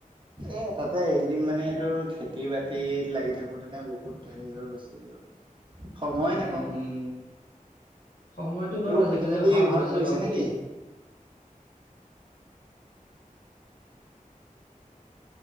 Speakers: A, on the right; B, on the left.
A: এ তাতে এইকেইদিন মানে তোৰ খেতি বাতি খেতিত লাগি থাকোতে নে বহুত হেৰি হৈ গৈছিলোঁ আৰু সময়ে
B: উম
A: নেপাওঁ
B: উম সময়তো বাৰু
A: তোৰ
B: আজিকালি
A: খেতি বাতি
B: অভাৱ
A: ঘৰত
B: হৈছে
A: কৰিছে
B: বাৰু
A: নেকি
B: দেই